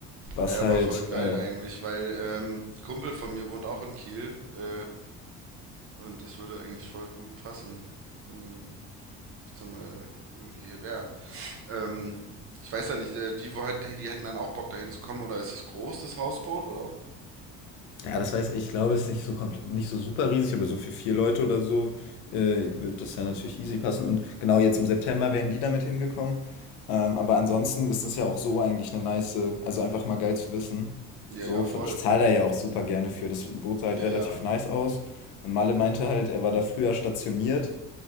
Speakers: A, on the left; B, on the right.
A: Was
B: Ja, aber
A: halt,
B: voll geil
A: äh,
B: eigentlich, weil ähm, Kumpel von mir wohnt auch in Kiel äh, und das würde eigentlich voll gut passen, wenn ich da mal irgendwie hier wäre. Ähm, ich weiß ja nicht, äh, die, wo halt, die hätten dann auch Bock dahin zu kommen, oder ist es groß, das Hausboot, oder?
A: ja, das weiß ich, ich glaube, es ist nicht so komplett, nicht so super riesig, aber so für vier Leute oder so äh, wird das ja natürlich easy passen. Und genau jetzt im September wären die damit hingekommen. Ähm, aber ansonsten ist das ja auch so eigentlich eine nice, also einfach mal geil zu wissen.
B: Ja,
A: So,
B: ja, voll.
A: von, ich zahle da ja auch super gerne für. Das bot halt
B: Ja,
A: relativ
B: ja.
A: nice aus. Und Malle meinte halt, er war da früher stationiert